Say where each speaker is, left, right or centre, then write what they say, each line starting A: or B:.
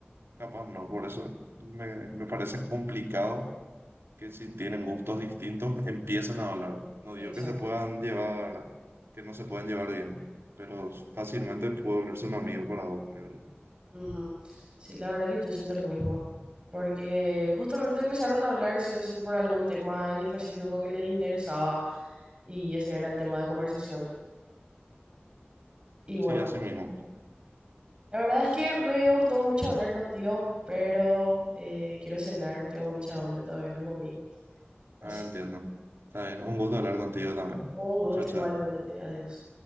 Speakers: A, on the right; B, on the right.
A: capaz no, por eso me, me parece complicado que si tienen gustos distintos empiecen a hablar. No
B: Exacto.
A: digo que se puedan llevar, que no se puedan llevar bien, pero fácilmente puede volverse un amigo para vos, creo yo.
B: Ujú. Sí, la verdad que yo siento lo mismo, porque justamente empezaron a hablar sí o sí por algún tema en específico que les interesaba y ese era el tema de conversación. Y bueno,
A: Sí, así mismo.
B: la verdad es que me gustó mucho hablar contigo, pero eh, quiero cenar, tengo mucha hambre, todavía no comí, así
A: Ah, entiendo. Está bien. Un gusto hablar contigo también.
B: Un gusto
A: Chao, chao.
B: igualmente. Adiós.